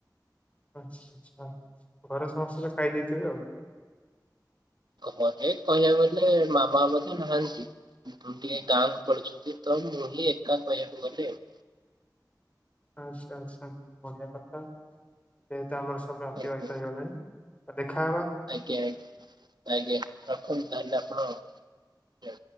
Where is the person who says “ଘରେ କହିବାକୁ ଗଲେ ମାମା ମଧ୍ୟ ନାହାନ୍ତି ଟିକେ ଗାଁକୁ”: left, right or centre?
Right